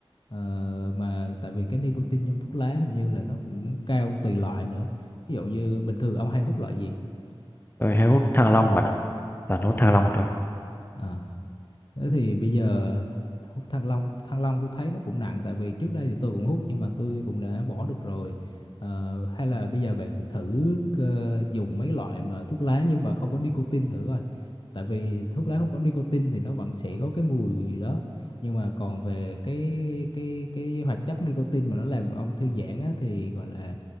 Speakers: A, on the left; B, on the left.
A: Ờ, mà tại vì cái nicotine trong thuốc lá hình như là nó cũng cao tùy loại nữa ví dụ như bình thường ông hay hút loại gì
B: tôi hay hút thang long bạn ạ toàn
A: ăn
B: hút
A: lông
B: thang long thôi
A: à Thế thì bây giờ hút Thăng Long, Thăng Long tôi thấy nó cũng nặng tại vì trước đây thì tôi cũng hút nhưng mà tôi cũng đã bỏ được rồi. Ờ, hay là bây giờ bạn thử ờ, dùng mấy loại mà thuốc lá nhưng mà không có nicotine thử coi. Tại vì thuốc lá không có nicotine thì nó vẫn sẽ có cái mùi đó. Nhưng mà còn về cái cái cái hoạt chất nicotine mà nó làm ông thư giãn á, thì gọi là